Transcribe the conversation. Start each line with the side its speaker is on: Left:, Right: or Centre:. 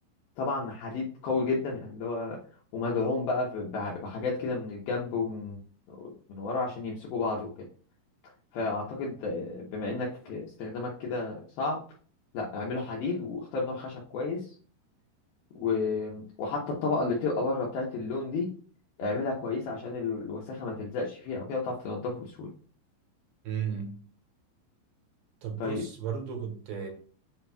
Left: طبعا حديد قوي جدا يعني اللي هو ومدعوم بقى في- بح- بحاجات كده من الجنب ومن من ورا عشان يمسكوا بعض وكده فأعتقد آه، بما إنك استخدامك كده صعب لا اعمله حديد واختار نوع خشب كويس و... وحتى الطبقة اللي بتبقى بره بتاعت اللون دي اعملها كويسة عشان ال- الوساخة ما تلزقش فيها أو كده وتعرف تنضفه بسهولة
Right: امم طب
Left: طيب
Right: بص برضو كنت